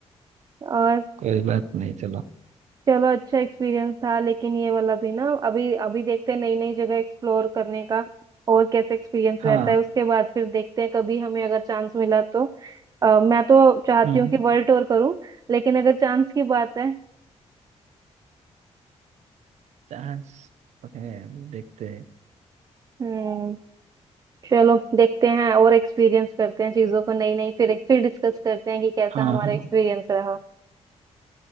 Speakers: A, on the right (about 30°); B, on the right (about 80°).
A: और
B: कोई बात नहीं चलो
A: चलो अच्छा एक्सपीरियंस था लेकिन ये वाला भी ना अभी अभी देखते हैं नई नई जगह एक्सप्लोर करने का और कैसे एक्सपीरियंस
B: हाँ
A: रहता है उसके बाद फिर देखते हैं कभी हमें अगर चांस मिला तो अ, मैं तो चाहती
B: हम्म
A: हूँ कि वर्ल्ड टूर करूं लेकिन अगर चांस की बात है
B: चांस है देखते हैं
A: हम्म चलो देखते हैं और एक्सपीरियंस करते हैं चीजों को नई नई फिर फिर डिस्कस करते हैं कि कैसा
B: हाँ
A: हमारा
B: हाँ
A: एक्सपीरियंस रहा